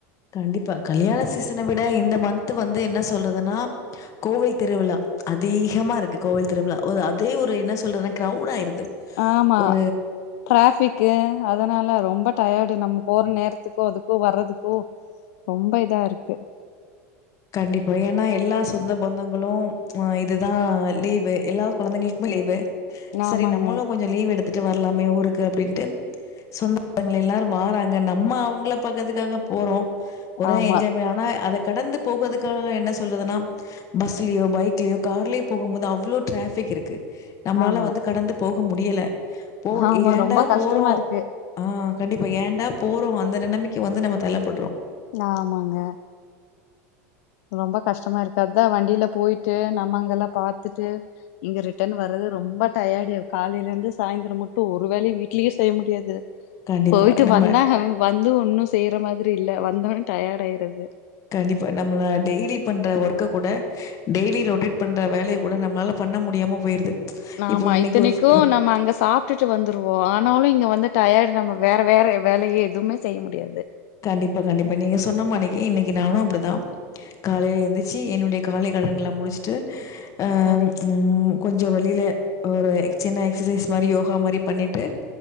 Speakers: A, on the left; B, on the left.
A: கண்டிப்பா கல்யாண சீசனை விட இந்த மந்த்து வந்து என்ன சொல்றதுன்னா கோவை திருவிழா அதிகமா இருக்கு கோவில் திருவிழா ஓ அதே ஒரு என்ன சொல்றனா க்ரௌட் ஆயிருது
B: ஆமா
A: ஒரு
B: ட்ராஃபிக்கு அதனால ரொம் ம்ப டயர்டு நம்ம போற நேரத்துக்கு அதுக்கு வர்றதுக்கு ரொம்ப இதா இருக்கு
A: கண்டிப்பா ஏனா எல்லா சொந்த பந்தங்களு அஹ் இதுதா லீவு எல்லா கொழந்தைங்களுக்குமே லீவு செரி
B: ஆமாங்க
A: நம்மளு கொஞ்ச லீவ் எடுத்து வரலாமே ஊருக்கு அப்படின்ட்டு சொந்த பந்தங்களெல்லாம் வாறாங்க நம்ம அவங்கள பாக்கத்துக்காக போறோம் ஒரே
B: ஆமா
A: என்ஜாய்மெ ஆனா அத கடந்து போகுறதுக்காக என்ன சொல்றதுனா பஸ்லயோ பைக்லயோ கார்லே போகும் போது அவ்ளோ ட்ராஃபிக் இருக்கு நம்மளால
B: ஆமா
A: வந்து கடந்துப் போக முடியல போ
B: ஆமா
A: ஏன்டா
B: ரொம்ப கஷ்டமா
A: போறோ
B: இருக்கு
A: ஆஹ் கண்டிப்பா ஏன்டா போறோ அந்த நெலமைக்கு வந்து நம்ம தள்ளப்பட்றோ
B: ஆமாங்க ரொம்ப கஷ்டமா இருக்கு அதா வண்டில போயிட்டு நண்ணங்கெல்லா பாத்துட்டு இங்க ரிட்டன் வர்றது ரொம்ப டயர்டு காலைல இருந்து சாய்ந்தர மட்டு ஒரு வேலையு வீட்லயே செய்ய முடியாது
A: கண்டிப்பா.
B: போயிட்டு
A: நம்ம
B: வந்தாக வந்து ஒன்னு செய்ற மாதிரி இல்ல வந்தோனே டயாடாயிறுது
A: கண்டிப்பா நம்மலா டெய்லி பண்ற ஒர்க்க கூட டெய்லி ரொட்டேட் பண்ற வேலைய கூட நம்மளால பண்ண முடியாம போயிருது
B: ஆமா
A: இப்போ இன்னைக்கு
B: இத்தனைக்கு
A: ஒரு ஃப்
B: நம்ம அங்க சாப்ட்டுட்டு வந்துருவோ ஆனாலு இங்க வந்து டயர்டு நம்ம வேற வேற வேலையே எதுமே செய்ய முடியாது
A: கண்டிப்பா கண்டிப்பா நீங்க சொன்ன மானைக்கு இன்னைக்கு நானு அப்டிதா காலைல எந்திர்ச்சு என்னுடைய காலை கடன்லா முடிச்ட்டு ஆஹ்
B: சரிங்
A: உம் கொஞ்சோ வெல் இல்ல ஒரு சின்ன எக்சசைஸ் மாரி யோகா மாரி பண்ணிட்டு